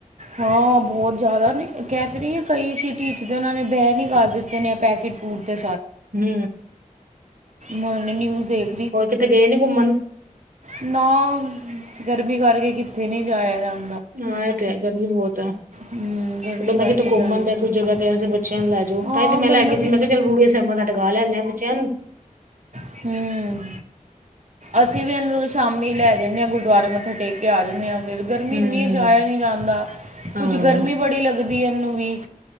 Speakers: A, on the right; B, on the right.
A: ਹਾਂ, ਬਹੁਤ ਜ਼ਿਆਦਾ। ਕਹਿ ਤੇ ਰਹੀ ਹਾਂ, ਕਈ ਸਿਟੀ ਚ ਉਹਨਾਂ ਨੇ, ਬਹਿਨ ਹੀ ਕਰ ਦਿੱਤੇ। ਨੇ ਪੈਕੇਟ ਫੂਡ ਤੇ
B: ਹੂੰ।
A: ਮਨ ਨਿਊਜ਼ ਇੱਕ।
B: ਹੋਰ, ਕਿਤੇ ਗਏ ਨੀ ਘੁੰਮਣ?
A: ਨਾ, ਗਰਮੀ ਕਰਕੇ ਕਿੱਥੇ, ਨਹੀਂ ਜਾਇਆ ਗਾਆ।
B: ਹਾ ਆ ਤੇ ਹੈ। ਗਰਮੀ ਬਹੁਤ ਹੈ।
A: ਹੂੰ ਗਰਮੀ
B: ਬੰਦਾ
A: ਕਰਕੇ
B: ਕਿਤੇ ਘੁੰਮਣ
A: ਜਾਇਆ
B: ਆਉਂਦਾ
A: ਜਾਂਦਾ
B: ਹੈ। ਕੋਈ ਜਗਹਾ ਤੇ। ਅਸੀਂ ਬੱਚਿਆਂ ਨੂੰ ਲੈ ਜਾਓ।
A: ਹਾਂ
B: ਤਾਂ ਹੀ ਤੇ, ਮੈਂ
A: ਬੰਦਾ
B: ਲੈ ਗਈ ਸੀ।
A: ਕਿੱਥੇ
B: ਮੈਂ ਕਿਹਾ ਚੱਲ ਬੁੜੇ ਮਾਤਾ ਟਿਕਾ ਲੈਂ ਆਉਂਦੇ ਆ, ਬੱਚਿਆਂ ਨੂੰ।
A: ਹੂੰ। ਅਸੀਂ ਵੀ ਇਹਨੂੰ, ਸ਼ਾਮੀ ਲੈ ਜਾਂਦੇ ਹਾਂ। ਗੁਰਦੁਆਰੇ ਮੱਥਾ ਟੇਕ ਕੇ, ਆ ਜਾਂਦੇ ਹਾਂ। ਫਿਰ ਗਰਮੀ
B: ਹੂੰ
A: ਇੰਨੀ ਜਾਇਆ ਨਹੀਂ ਜਾਂਦਾ,
B: ਹਾਂ
A: ਕੁਝ ਗਰਮੀ ਬੜੀ ਲੱਗਦੀ ਇਹਨੂੰ ਵੀ।